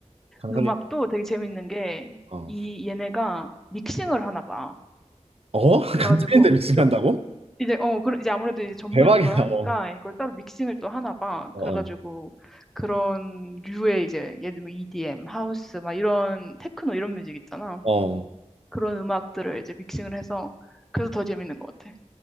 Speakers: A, on the right (about 50°); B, in the centre.
A: 강사님.
B: 음악도 되게 재밌는 게,
A: 어.
B: 이, 얘네가 믹싱을 하나 봐.
A: 어? <laughs> 강사님들
B: 그래가지고,
A: 믹싱한다고?
B: 이제 어 그런 이제 아무래도 이제 전문
A: 대박이다.
B: 이걸 하니까
A: 어.
B: 이걸 따로 믹싱을 또 하나 봐.
A: 어.
B: 그래가지고 그런 류의 이제 예를 들면 EDM, 하우스 막 이런 테크노 이런 뮤직 있잖아.
A: 어. 어.
B: 그런 음악들을 이제 믹싱을 해서 그래서 더 재밌는 것 같아.